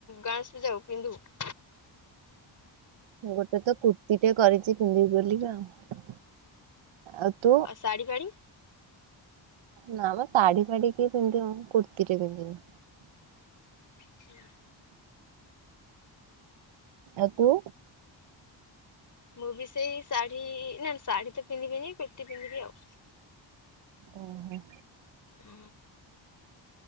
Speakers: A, on the left; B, on the right.
A: ଗଣେଶପୂଜାକୁ ପିନ୍ଧିବୁ?
B: ଗୋଟେ ତ କୁର୍ତ୍ତିଟେ କରିଛି ପିନ୍ଧିବି ବୋଲି ଆଉ ଆଉ ତୁ?
A: ଆଉ ଶାଢ଼ୀ ଫା଼ଡ଼ି
B: ନା ମ ଶାଢୀ ଫାଢୀ କିଏ ପିନ୍ଧିବ ମ କୁର୍ତ୍ତୀଟେ ପିନ୍ଧିବି
A: ଆଚ୍ଛା।
B: ଆଉ ତୁ?
A: ମୁଁ ବି ସେଇ ଶାଢୀ ନା ଶାଢୀ ତ ପିନ୍ଧିବିନି କୁର୍ତ୍ତି ପିନ୍ଧିବି ଆଉ
B: ଓ ହୋ।
A: ହ।